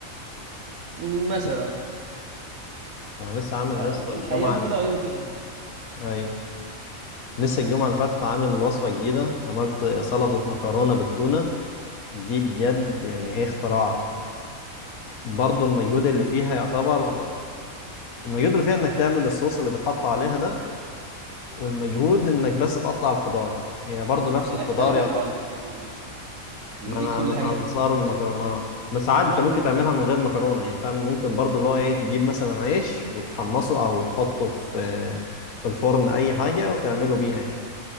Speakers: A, on the right; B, on the left.
A: مثلا
B: انا لسه عامل
A: آه
B: لسه
A: يعني
B: الجمعه
A: ايام
B: اللي
A: كده وايام
B: فاتت
A: كده يعني
B: ايوه لسه الجمعه اللي فاتت عامل وصفه جديده عملت سلطه مكرونه بالتونه دي بجد يعني ايه اختراع برضو المجهود اللي فيها يعتبر المجهود اللي فيها انك تعمل الصوص اللي بيتحط عليها ده والمجهود انك بس تقطع الخضار يعني برضو نفس
A: انت ايه
B: الخضار
A: حكايتك
B: يا ط-
A: مع المكرونه مش ليه
B: ما انا
A: كل
B: من
A: حاجه
B: انصار المكرونات
A: بتعمل
B: بس عادي
A: يا عم
B: انت ممكن تعملها من غير مكرونه يعني فاهم ممكن برضو اللي هو ايه تجيب مثلا عيش وتحمصه او تحطه في في الفرن اي حاجه وتعمله بيها يعني